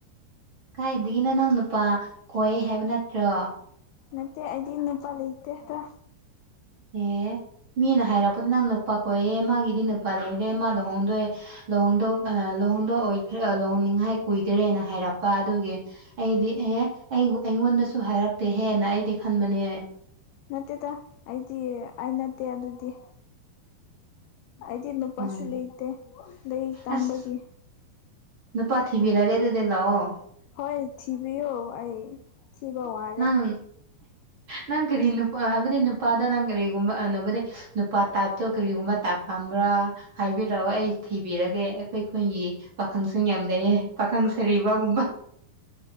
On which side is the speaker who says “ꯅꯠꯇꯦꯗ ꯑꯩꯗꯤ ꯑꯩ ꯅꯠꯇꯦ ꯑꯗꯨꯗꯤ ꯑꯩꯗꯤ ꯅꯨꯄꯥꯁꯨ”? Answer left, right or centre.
Left